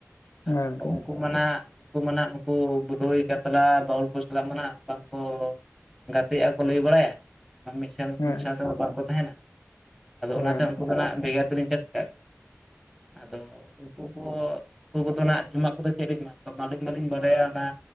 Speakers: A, on the left (about 70°); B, in the centre.
A: ᱦᱮᱸ
B: ᱟᱫᱚ
A: ᱜᱚᱝᱠᱮ
B: ᱩᱱᱠᱩ <inaudible> ᱢᱟ ᱱᱟᱜ, ᱩᱱᱠᱩ ᱢᱟ <unintelligible> ᱱᱟᱦᱱᱟᱜ ᱱᱩᱠᱩ ᱵᱩ ᱨᱩᱭ ᱠᱟᱛᱞᱟ ᱵᱟᱹᱦᱩᱞ ᱠᱚ ᱥᱟᱞᱟᱜ ᱢᱟ ᱱᱟᱜ ᱵᱟᱝ ᱠᱚ <unintelligible> ᱜᱟᱛᱮᱜᱼᱟ ᱠᱚ ᱞᱟᱹᱭ ᱵᱟᱲᱟᱭᱟ, ᱢᱟᱱᱮ ᱢᱤᱫ ᱴᱷᱮᱱ,
A: ᱦᱮᱸ
B: ᱢᱤᱫ ᱥᱟᱶ ᱛᱮᱦᱚᱸ ᱵᱟᱝᱠᱚ ᱛᱟᱦᱮᱱᱟ ᱾ ᱟᱫᱚ
A: ᱦᱮᱸ
B: ᱚᱱᱟᱛᱮ ᱩᱱᱠᱩ ᱫᱚ ᱦᱟᱸᱜ, ᱵᱷᱮᱜᱟᱨ ᱛᱮᱞᱤᱧ ᱪᱟᱥ ᱟᱠᱟᱫ ᱠᱚᱣᱟ ᱾ ᱟᱫᱚ ᱩᱱᱠᱩ ᱩᱱ <unintelligible> ᱩᱱᱠᱩ ᱠᱚ ᱫᱚ, ᱱᱟᱜ ᱡᱚᱢᱟᱜ ᱠᱚᱫᱚ ᱪᱮᱫ? ᱞᱤᱧ ᱮᱢᱟ ᱠᱚᱣᱟ, ᱟᱹᱞᱤᱧ ᱢᱟᱞᱤᱧ ᱵᱟᱰᱟᱭᱟ ᱾ ᱚᱱᱟ